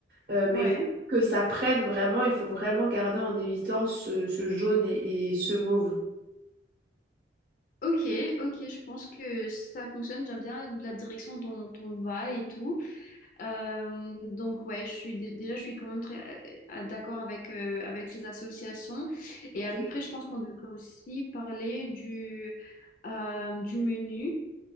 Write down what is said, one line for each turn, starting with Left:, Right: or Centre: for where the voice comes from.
Right: Euh, mais
Left: Ouais.
Right: faut que ça prenne vraiment, il faut vraiment garder en évitant ce, ce jaune et, et ce mauve.
Left: Ok. Ok. Je pense que ça fonctionne. J'aime bien la direction dont on va et tout. Euh, donc ouais, je suis dé- déjà, je suis quand même très euh, d'accord avec euh, avec ces associations. Et
Right: Ok.
Left: après, je pense qu'on devrait aussi parler du euh, du menu.